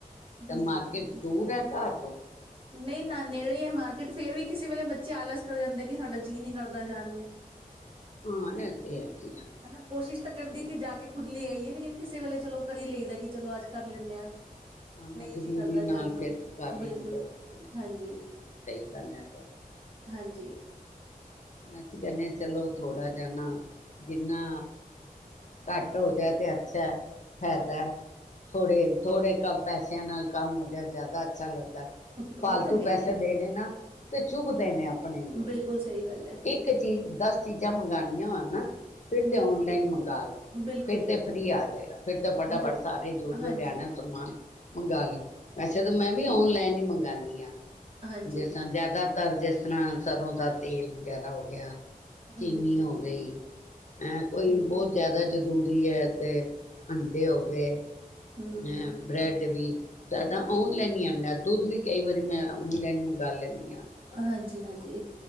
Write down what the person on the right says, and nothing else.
ਹਮ
ਨਹੀਂ ਨਾ ਨੇੜੇ ਹੈ ਮਾਰਕੀਟ ਫੇਰ ਵੀ ਕਿਸੇ ਵੇਲੇ ਬੱਚੇ ਆਲਸ ਕਰ ਜਾਂਦੇ ਕਿ ਸਾਡਾ ਜੀਅ ਨਹੀਂ ਕਰਦਾ ਜਾਨ ਨੂੰ
ਹਨਾ ਕੋਸ਼ਿਸ਼ ਤਾਂ
ਕਰਦੀ
ਕਿ ਜਾ ਕੇ ਖੁਦ
ਲੈ
ਆਈਏ ਲੇ
ਕਿਸੇ
ਵੇਲੇ ਚਲੋ
ਕਰੀ
ਲਈਦਾ
ਕਿ ਚਲੋ
ਅੱਜ ਕਰ
ਲੈਂਦੇ
ਆਂ
ਨਹੀਂ
ਜੀ ਕਰਦਾ
ਜਾਣ ਨੂੰ
ਬਿਲਕੁਲ
ਹਾਂਜੀ,
ਹਾਂਜੀ
ਉਹ
ਤਾਂ ਹੈ ਹੀ
ਹੈ।
ਬਿਲਕੁਲ
ਸਹੀ ਗੱਲ ਹੈ
ਬਿਲਕੁਲ,
ਬਿਲਕੁਲ,
ਬਿਲਕੁਲ,
ਬਿਲਕੁਲ,
ਬਿਲਕੁਲ।
ਹਾਂਜੀ,
ਹਾਂਜੀ
ਹੂੰ,
ਹੂੰ,
ਹੂੰ
ਹਾਂਜੀ ਹਾਂਜੀ